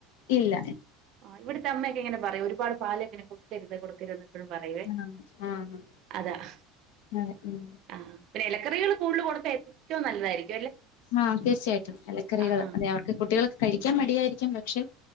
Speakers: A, on the left; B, on the right.
A: ഇല്ല
B: ആ ഇവിടുത്തെ അമ്മയൊക്കെ ഇങ്ങനെ പറയെ ഒരുപാട് പാല് ഇങ്ങനെ കൊടുക്കരുത് കൊടുക്കരുന്ന് എപ്പോഴും പറയുവേ
A: ആഹ് ആഹ്
B: അതാ-
A: അതെ ഉം
B: ആഹ് പിന്നെ ഇലക്കറികൾ കൂടുതൽ കൊടുത്തഏറ്റവു ന- നല്ലാരിക്-
A: ആഹ് തീർച്ചയായിട്ടും ഇലക്കറികൾ
B: ആഹാ
A: അതെ അവർക്ക് കുട്ടികൾ കഴിക്കാൻ മടിയായിരിക്കും പക്ഷെ